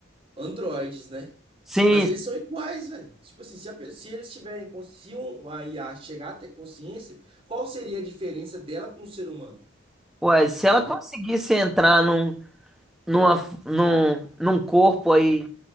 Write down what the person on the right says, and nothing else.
androides, né?
Mas eles são iguais, velho. Tipo assim, se, a pe- se eles tiverem, cons- se um- um a IA chegar a ter consciência, qual seria a diferença dela para um ser humano?
Entendeu?